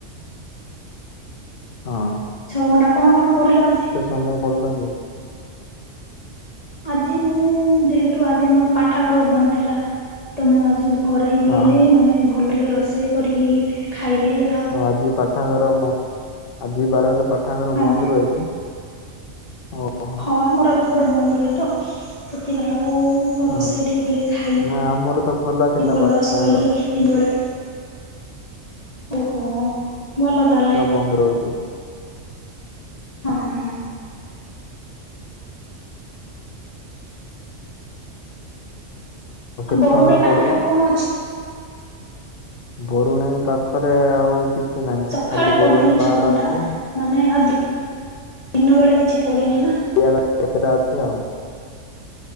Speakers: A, on the left (about 55°); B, on the left (about 35°).
A: ହଁ।
B: ଛଅ ଘଣ୍ଟା କଣ କଣ ପଢିଲ ଆଜି?
A: କାମ ପ <unintelligible>
B: ଆଜି ମୁଁ ଯେହେତୁ ଆଜି ଆମଅ ପାଠାଘର ବନ୍ଦ ଥିଲା ତ ମୁଁ ଆଜି ଘରେ ହିଁ ରହିଲି
A: ହଁ ହଁ
B: ମାନେ ଭଲ ଟିକେ ରୋଷେଇ କରିକି ଖାଇଲି ଆ
A: ହଁ ଆଜି ପାଠଗାର ବ ଆଜି ବାରରେ ପାଠାଗାର
B: ହଁ
A: ବନ୍ଦ ରୁଏ କି? ଓହୋ
B: ହଁ ଆମର ପଟେ ବନ୍ଦ ରୁହେ ତ। ସେଥିପାଇଁ ଆଉ
A: ହଁ
B: ରୋଷେଇ ଟିଏ କିଲେ ଖାଇ
A: ନା ଆମର ତ ଖୋଲା ଥିଲା
B: ଭଲ
A: ପାଠାଗାର।
B: ଶୋଇଲି। ଦିଗୋଲ୍ ଓହୋ ଭଲ ତାଆଲେ।
A: ପନ୍ଦର ଅଚି।
B: ହଁ ହଁ।
A: କେତେ
B: ଆ ବରୁଣେଇ
A: ସମୟ
B: ପାଖରେ
A: ପଢିଲ?
B: ଆଉ କଣ ଅ
A: ବରୁଣେଇ ପାଖରେ ଆ ଆଉ କିଛି ନାଇଁ
B: ସକାଳେ
A: ଖାଲି
B: ପଢିଥିଲି
A: ବରୁଣେଇ ପାହାଡ
B: ଛଅ ଘଣ୍ଟା
A: ଅଛି ଆ
B: ମାନେ ଆଦ୍ ଇନ ବେଳା କିଛି ପଡିନି ନା
A: <unintelligible> ତେଟା ଅଛି ଆଉ।